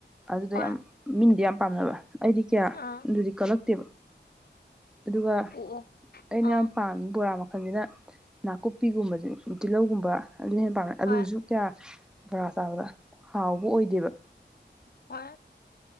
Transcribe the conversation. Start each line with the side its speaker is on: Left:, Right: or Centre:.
Centre: ꯑꯗꯨꯗꯤ
Left: ꯍꯣꯏ
Centre: ꯌꯥꯝ ꯃꯤꯟꯗꯤꯌꯥ ꯌꯥꯝ ꯄꯥꯝꯅꯕ ꯑꯩꯗꯤ ꯀꯌꯥ
Left: ꯑꯥ
Centre: ꯑꯗꯨꯗꯤ ꯀꯜꯂꯛꯇꯦꯕ ꯑꯗꯨꯒ
Left: ꯑꯣ
Centre: ꯑꯩꯅ
Left: ꯑꯣ
Centre: ꯌꯥꯝ ꯄꯥꯝꯃꯤ ꯕꯣꯔꯥ ꯃꯈ ꯐꯖꯅ ꯅꯥꯀꯨꯞꯄꯤꯒꯨꯝꯕꯕꯁꯤ ꯇꯤꯜꯍꯧꯒꯨꯝꯕ ꯑꯗꯨ ꯍꯦꯟꯅ ꯄꯥꯝꯃꯦ ꯑꯂꯨꯁꯨ
Left: ꯑꯥ
Centre: ꯀꯌꯥ ꯕꯔꯥ ꯆꯥꯕꯗ ꯍꯥꯎꯕ ꯑꯣꯏꯗꯦꯕ
Left: ꯍ